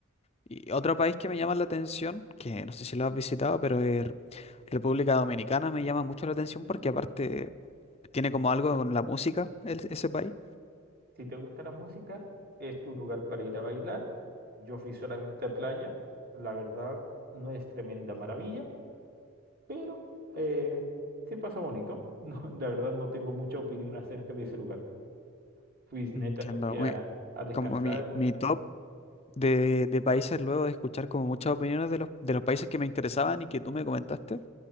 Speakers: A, on the left; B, on the right.
A: Y otro país que me llama la atención, que no sé si lo has visitado, pero es República Dominicana me llama mucho la atención porque aparte tiene como algo con la música el- ese país.
B: Si te gusta la música, es tu lugar para ir a bailar. Yo fui solamente a playa. La verdad, no es tremenda maravilla, pero eh, se pasa bonito. <laughs> No, la verdad, no tengo mucha opinión acerca de ese lugar. Fui netamente
A: Entiendo. mi-
B: a, a descansar
A: Como mi,
B: y
A: mi top de, de países luego de escuchar como muchas opiniones de los, de los países que me interesaban y que tú me comentaste,